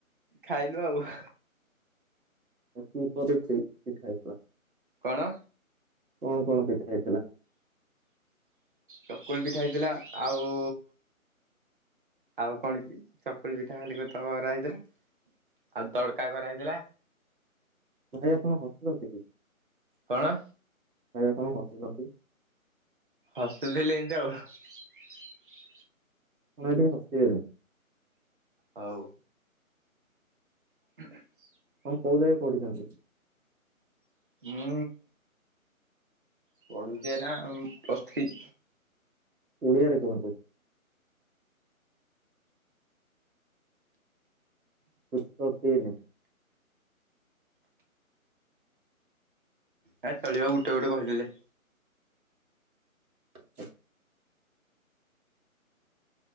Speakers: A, on the right; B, on the right.
A: ଖାଇଲୁ ଆଉ
B: ଏ <unintelligible> ପିଠା ହେଇଥିଲା।
A: କଣ?
B: କଣ କଣ ପିଠା ‌ହେ
A: ଚକୁଲ ପିଠା ହେଇଥିଲା। ଆଉ ଆଉ କଣ କି ଚକୁଳି ପିଠା ଖାଲି କତ କରା ହେଇଥିଲା ଆଉ ତଡକା କରା ହେଇଥିଲା।
B: ଭାଇ ଆପଣ ହସୁଚନ୍ତି କି?
A: କଣ?
B: ଆଜ୍ଞା କଣ ହସୁଚନ୍ତି?
A: ହସିଥିଲେ ଏମତି ଆଉ
B: ତମେ ଏଠି ହସିବେନି।
A: ହୋଉ। <inaudible>
B: ତମେ କୋଉ ଜାଗେ ପଢିଚନ୍ତି?
A: ମୁଁ ପଡୁଚି ଏଇନା ଉଁ ପ୍ଲସଥ୍ରି।
B: ଓଡ଼ିଆରେ କୁହନ୍ତୁ। ଯୁକ୍ତ ତିନି।
A: ହେ ଚଳିବ ଗୋଟେ ଗୋଟେ କହିଦେଲେ।
B: <inaudible>